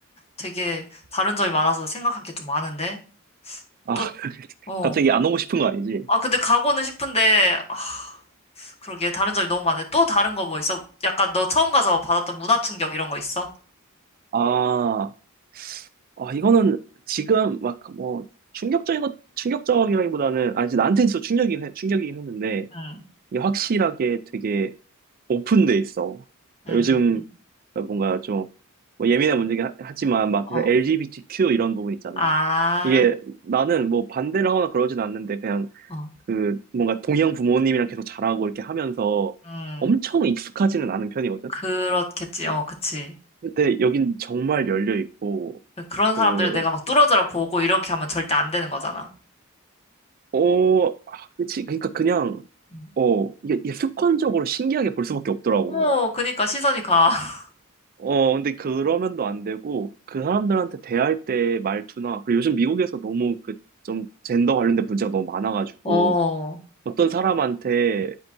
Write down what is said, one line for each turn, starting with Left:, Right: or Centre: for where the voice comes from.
Left: 되게 다른 점이 많아서 생각할 게 좀 많은데?
Right: 아, <laughs>
Left: 또, 어.
Right: 갑자기 안 오고 싶은 거 아니지?
Left: 아, 근데 가고는 싶은데, 아, 그러게 다른 점이 너무 많네. 또 다른 거 뭐 있어? 약간 너 처음 가서 받았던 문화 충격 이런 거 있어?
Right: 아, 아 이거는 지금 막 뭐 충격적인 것, 충격적이라기보다는, 아니, 나한테 있어 충격이긴, 해- 충격이긴 했는데,
Left: 응,
Right: 이게 확실하게 되게 오픈돼 있어.
Left: 응,
Right: 요즘 뭔가 좀뭐 예민한 문제긴 하- 하지만 막
Left: 어,
Right: LGBTQ 이런 부분 있잖아.
Left: 아,
Right: 이게 나는 뭐 반대를 하거나 그러진 않는데, 그냥
Left: 어,
Right: 그 뭔가 동양 부모님이랑 계속 자라고 이렇게 하면서
Left: 음,
Right: 엄청 익숙하지는 않은 편이거든.
Left: 그렇겠지.
Right: 그-
Left: 어, 그치.
Right: 근데 여긴 정말 열려 있고
Left: 그런
Right: 그
Left: 사람들을 내가 막 뚫어져라 보고 이렇게 하면 절대 안 되는 거잖아.
Right: 어, 아, 그치. 그러니까 그냥
Left: 음.
Right: 어, 이게, 이게 습관적으로 신기하게 볼 수밖에 없더라고.
Left: 오, 그니까 시선이 가. <laughs>
Right: 어, 근데 그러면도 안 되고 그 사람들한테 대할 때 말투나 그리고 요즘 미국에서 너무 그 좀 젠더 관련된 문제가 너무 많아가지고
Left: 어,
Right: 어떤 사람한테